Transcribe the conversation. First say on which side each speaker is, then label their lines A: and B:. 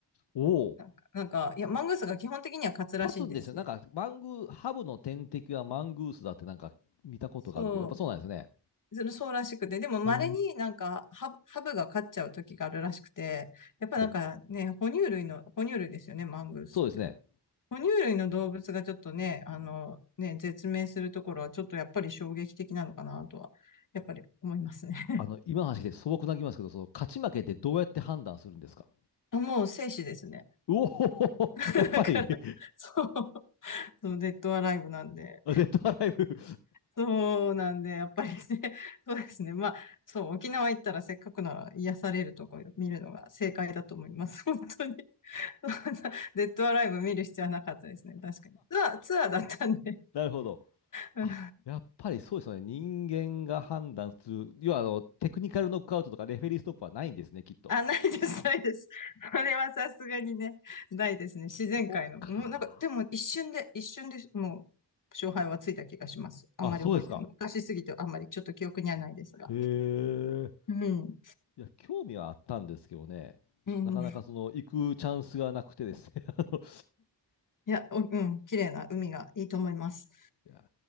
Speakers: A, on the left; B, on the left.
A: おお、
B: なんか、なんかいや、マングースが基本的には勝つらしいんですよ。
A: 勝つんですよ。なんか、マングー、ハブの天敵はマングースだってなんか見たことがあるけど、
B: そ
A: やっぱそうなんですね。
B: う。それそうらしくて、でも稀になんかハブ、
A: へえ。
B: ハブが勝っちゃう時があるらしくて、やっぱなんかね、
A: お、
B: 哺乳類の、哺乳類ですよね、マングースって。
A: そうですね。
B: 哺乳類の動物がちょっとね、あの、ね、絶命するところはちょっとやっぱり衝撃的なのかなとは、やっぱり思いますね。<laughs>
A: あの、今の話で素朴な気ますけど、その勝ち負けってどうやって判断するんですか
B: あもう生死ですね。
A: うおほほほ
B: <laughs>
A: <laughs> やっぱり
B: だから、
A: <laughs> デ
B: そう、そう、デッドアライブなんで。
A: ッドアライブ
B: そうなんで、やっぱりね、<laughs> そうですね。まあ、そう、沖縄行ったらせっかくなら癒されるとこ見るのが正解だと思います。<laughs> 本当に。<laughs> そんなデッドアライブ見る必要はなかったですね。確かに。ツアー、ツアーだったんで。
A: <laughs> なるほど。
B: <laughs> うん
A: あやっぱりそうですよね。人間が判断する。要は、あの、テクニカルノックアウトとかレフェリーストップはないんですね、きっと。
B: あ、ないです、ないです。<laughs> それはさすがにね、ないですね。自然界の。
A: そっか。
B: もうなんか、でも一瞬で、一瞬でもう、勝敗はついた気がします。あんまり覚えてない。
A: あ、そうですか。
B: 昔すぎてあんまりちょっと記憶にはないですが。
A: へえ。
B: うん。
A: いや、興味はあったんですけどね。ちょっとなかなかその、
B: うん。
A: 行くチャンスがなくてですね。<laughs> あの、い
B: いや、おうん。綺麗な海がいいと思います。
A: や、